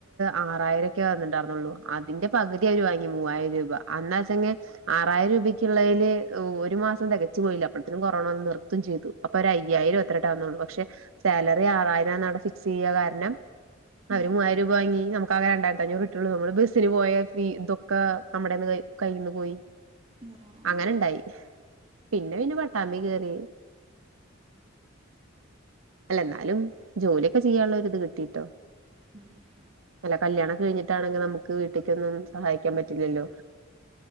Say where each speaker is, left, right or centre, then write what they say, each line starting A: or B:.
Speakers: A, on the right; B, on the right.
A: ആറായിര ക്ക്യാ അതുണ്ടാർന്നോള്ളു അതിന്റെ പകുതി അവര് വാങ്ങി മൂവായിരം രൂപ അന്നാ ച്ചെങ്കി ആറായിരം രൂപയ്ക്കുള്ളതില് ഒരു മാസം തികച്ചു പോയില്ല അപ്പോഴത്തനും കൊറോണന്ന് നിർത്തും ചെയ്തു അപ്പൊ ഒരഅയ്യായിരം എത്രട്ടാവുന്നോള്ളൂ പക്ഷെ സാലറി ആറായിരാനടെ ഫിക്സ് ചെയ്യ കാരണം
B: ഉം
A: അവര് മൂവായിര രൂപ വാങ്ങി നമുക്കാ കെരണ്ടായിരം കഴിഞ്ഞേ കിട്ടുയുള്ളൂ നമ്മള് ബസ്സിന് പോയ ഫി ഇതൊക്കെ നമ്മടെന്ന് കയി കയ്യിന്ന് പോയി
B: ആഹ്
A: അങ്ങനുണ്ടായി പിന്നെ പിന്നെ പട്ടാമ്പി കേറി അല്ല എന്നാലും ജോലിയൊക്കെ ചെയ്യാനുള്ള ഒരി ഇത് കിട്ടിട്ടോ
B: <inaudible>
A: അല്ല കല്യാണം കഴിഞ്ഞിട്ടാണെങ്കിൽ നമുക്ക് വീട്ടിക്കൊന്നും സഹായിക്കാ പറ്റില്ലല്ലോ